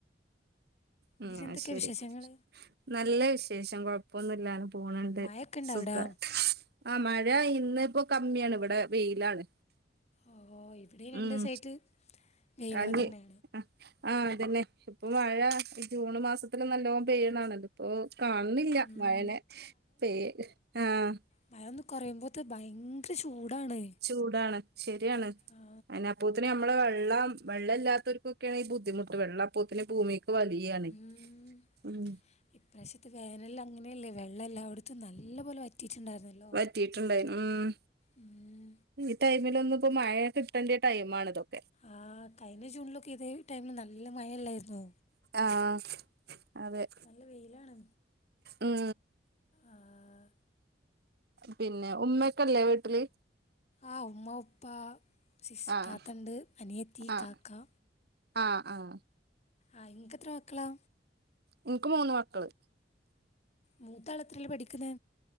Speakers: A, on the right (about 65°); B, on the left (about 40°).
A: ഉം
B: ഇത്ജ് എന്തൊക്കെ
A: അത് ശരി
B: വിശേഷങ്ങൾ
A: നല്ല വിശേഷം കൊഴപ്പൊന്നുംല്ലാണ് പോണണ്ട്
B: മഴയൊക്കെ ഉണ്ടോ
A: സുഖ
B: അവിടെ
A: ആഹ് മഴ ഇന്ന് ഇപ്പോ കമ്മിയാണ് ഇവിടെ വെയിലാണ്
B: ഓഹ് ഓഹ് ഇവിടെ രണ്ടു
A: ഉം
B: ദിവസായിട്ട് വെയിലൊക്കെ
A: അഞ്ഞ്
B: തന്നെ
A: ആഹ് അതന്നെ ഇപ്പൊ മഴ ഈ ജൂൺ മാസത്തില് നല്ലോണം പെയ്യുന്നാണല്ലോ ഇപ്പൊ കാണുന്നില്ല
B: ഉം,
A: മഴെനെ പേയ് ആഹ്
B: മഴയൊന്ന് കൊറയുമ്പോത്തെ ഭയങ്കര ചൂടാണ്
A: ചൂടാണ് ശരിയാണ്
B: ആ
A: അയിന് അപ്പോതിന് നമ്മള് വെള്ളം വെള്ളല്ലാത്തർക്കൊക്കെയാണ് ഈ ബുദ്ധിമുട്ട് വെള്ളം അപ്പോത്തിന് ഭൂമി ക്ക് വലിയാണ്
B: ഉം
A: ഉം
B: ഇപ്രാവശ്യത്തെ വേനല് അങ്ങനെയല്ലേ വെള്ളം എല്ലാവിടത്തും നല്ല പോലെ വറ്റിയിട്ടുണ്ടായിരുന്നല്ലോ
A: വറ്റീറ്റുട്ടുണ്ടായി ഉം
B: ഉം.
A: ഈ ടൈമിലൊന്നും ഇപ്പോ മഴയ കിട്ടേണ്ട ടൈമാണിതോക്കെ
B: ആഹ് കഴിഞ്ഞ ജൂണിലൊക്കെ ഇതേ ടൈമില് നല്ല മഴയല്ലായിരുന്നൊ
A: ആഹ് അതെ
B: നല്ല വെയിലാണ്
A: ഉം
B: ആഹ്
A: പിന്നെ ഉമ്മക്കല്ലേ വീട്ടില്
B: ആഹ് ഉമ്മ ഉപ്പ സിസ്
A: ആഹ്
B: താത്തണ്ട് അനിയത്തി
A: ആഹ്
B: കാക്കാ
A: ആഹ് ആഹ്
B: ആഹ് ഇങ്ങക്ക് എത്ര മക്കളാ
A: ഇന്ക്ക് മൂന്ന് മക്കള്
B: മൂത്താള് എത്രയില പഠിക്ക്ന്നെ